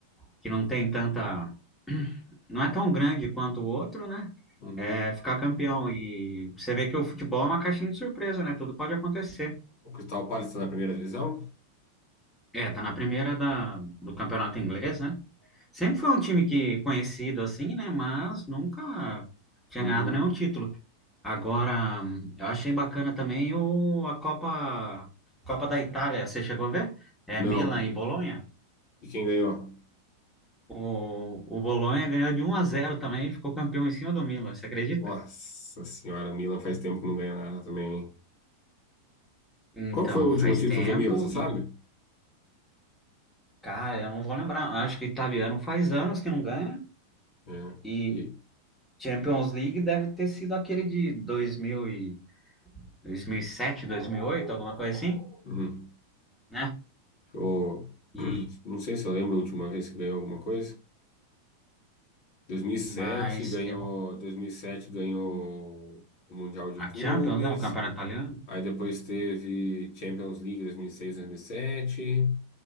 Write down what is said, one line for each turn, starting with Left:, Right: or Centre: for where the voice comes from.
Centre: que não tem tanta, <clears throat> não é tão grande quanto o outro, né?
Left: Uhum.
Centre: É ficar campeão. E você vê que o futebol é uma caixinha de surpresa, né? Tudo pode acontecer.
Left: O Crystal Palace está na primeira divisão?
Centre: É, tá na primeira da, do campeonato inglês, né? Sempre foi um time que conhecido assim, né? Mas nunca tinha
Left: Uhum.
Centre: ganhado nenhum título. Agora, hum, eu achei bacana também o, a Copa, Copa da Itália. Você chegou a ver? É
Left: Não.
Centre: Milan e Bolonha.
Left: E quem ganhou?
Centre: O, o Bolonha ganhou de um a zero também e ficou campeão em cima do Milan, você acredita?
Left: Nossa senhora, o Milan faz tempo que não ganha nada também. hein?
Centre: Então,
Left: Qual que foi o
Centre: faz
Left: último título
Centre: tempo
Left: do Milan, você sabe?
Centre: e, cara, eu não vou lembrar. Eu Acho que o italiano faz anos que não ganha
Left: É.
Centre: e
Left: E,
Centre: Champions League deve ter sido aquele de 2000 e, 2007, oito alguma coisa assim,
Left: uhum.
Centre: né?
Left: Eu
Centre: E,
Left: não sei se eu lembro a última vez que ganhou alguma coisa. 2007
Centre: mas
Left: ganhou,
Centre: eu,
Left: 2007 ganhou o Mundial de
Centre: a
Left: Clubes.
Centre: Champions, né, o campeonato italiano?
Left: Aí depois teve Champions League 2006, 2007.